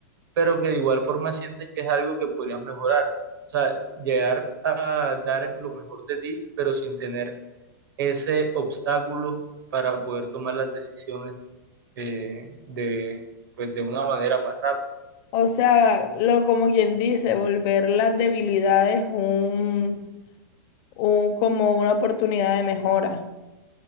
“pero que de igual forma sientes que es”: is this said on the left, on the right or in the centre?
Right